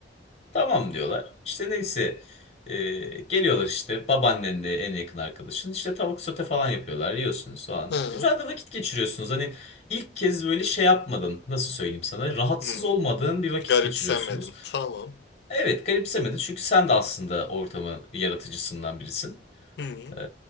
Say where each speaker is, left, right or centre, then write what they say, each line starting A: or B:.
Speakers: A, on the left (about 35°); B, on the left (about 70°).
A: Tamam diyorlar. İşte neyse e, geliyorlar işte babaannenle en yakın arkadaşın işte tavuk sote falan yapıyorlar yiyorsunuz falan.
B: Hı.
A: Güzel de vakit geçiriyorsunuz. Hani ilk kez böyle şey yapmadın nasıl söyleyeyim sana rahatsız
B: Hmm.
A: olmadığın bir vakit
B: Garipsemedim.
A: geçiriyorsunuz.
B: Tamam.
A: Evet garipsemedin çünkü sen de aslında ortamı yaratıcısından birisin.
B: Hmm.
A: Ee,